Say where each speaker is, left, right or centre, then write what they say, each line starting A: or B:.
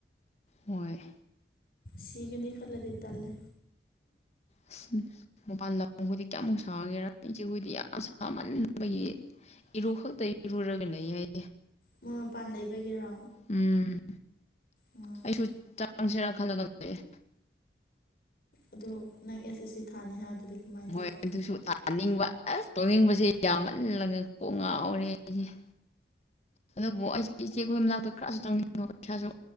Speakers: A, on the left; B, on the left.
A: ꯍꯣꯏ
B: ꯁꯤꯒꯅꯤ ꯈꯜꯂꯗꯤ ꯇꯜꯂꯤ
A: ꯑꯁ ꯃꯄꯥꯟ ꯂꯝꯈꯣꯏꯗꯤ ꯀꯌꯥꯃꯨꯛ ꯁꯥꯒꯦꯔꯥ ꯏꯆꯦꯈꯣꯏꯗꯤ ꯌꯥꯝ ꯁꯥꯃꯟꯕꯒꯤ ꯏꯔꯨ ꯈꯛꯇ ꯏꯔꯨꯔꯒ ꯂꯩ ꯌꯥꯏ ꯍꯥꯏ
B: ꯃꯣꯏ ꯃꯄꯥꯟ ꯂꯩꯕꯒꯤꯔꯣ
A: ꯎꯝ
B: ꯎꯝ
A: ꯑꯩꯁꯨ ꯆꯪꯁꯤꯔꯥ ꯈꯜꯂꯒ ꯂꯩꯌ‌ꯦ
B: ꯑꯗꯨ ꯅꯪ ꯑꯦꯁ ꯑꯦꯁ ꯁꯤ ꯊꯥꯅꯤ ꯍꯥꯏꯕꯗꯨꯗꯤ ꯀꯃꯥꯏꯅ ꯇꯧꯕ
A: ꯍꯣꯏ ꯑꯗꯨꯁꯨ ꯊꯥꯅꯤꯡꯕ ꯑꯁ ꯇꯧꯅꯤꯡꯕꯁꯦ ꯌꯥꯝꯃꯜꯂꯒ ꯀꯣꯡ ꯉꯥꯎꯔꯦ ꯑꯩꯁꯦ ꯑꯗꯨꯕꯨ ꯑꯩꯁꯦ ꯏꯆꯦ ꯈꯈꯣꯏ ꯑꯃ ꯂꯥꯛꯄꯗ ꯈꯔꯁꯨ ꯆꯪꯅꯤꯡꯕ ꯄꯩꯁꯥꯁꯨ